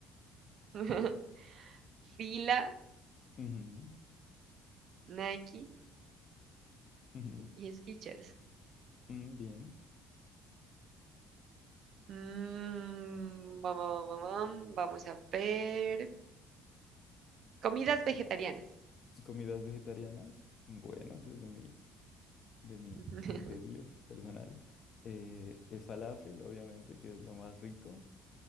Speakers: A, on the right; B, on the left.
A: <laughs> Fila,
B: Ujú,
A: Nike
B: ujú,
A: y Skechers.
B: mm, bien.
A: Mm, bam, bam, bam, bam, Vamos a ver. Comidas vegetarianas.
B: Comidas vegetarianas. Bueno, ese es de mi, de mi
A: <laughs>
B: criterio personal. Eh, el falafel, obviamente, que es lo más rico.